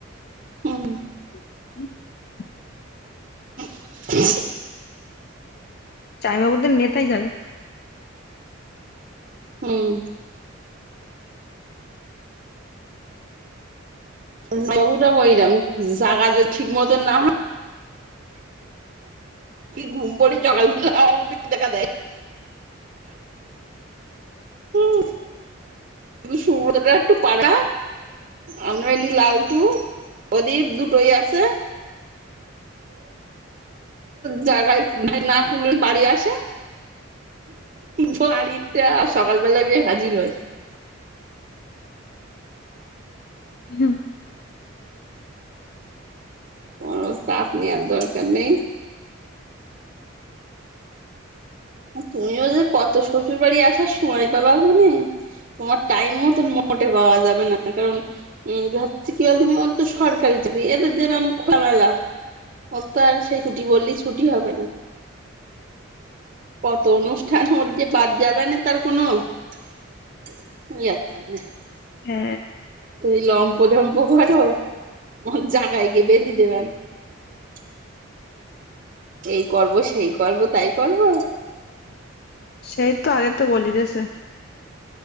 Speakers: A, on the right (about 40°); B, on the left (about 50°).
A: <unintelligible>
B: <unintelligible>
A: <inaudible>
B: چائی بابو د نیت ہی جانے
A: ہوں س وہ توا ہو رم زاگا جو ٹھ متون نہ ہے گوم پڑے چکالٹی دیکا د ہوں شک پڑا آنا ع لی لالٹو ادیپ دوٹ ہی آ سے ہ جاگائی نہ کل بڑی آسے بڑ ت سکال بلا گ حضر ہو
B: ہاں
A: تو ساف نہیں آد در کر نہیں تممی ا جو کت ششور باڑی آسار سئے پابا گ نے تمار ائم متون موٹے پا جائےا کن ا کی د وہ تو سرکی چی یہ تو جیرم ک ملا اور تو اور چھوٹی بوللی چھوٹی ہو نا <unintelligible> <unintelligible>
B: ہ
A: <unintelligible> <unintelligible> <unintelligible>
B: <unintelligible>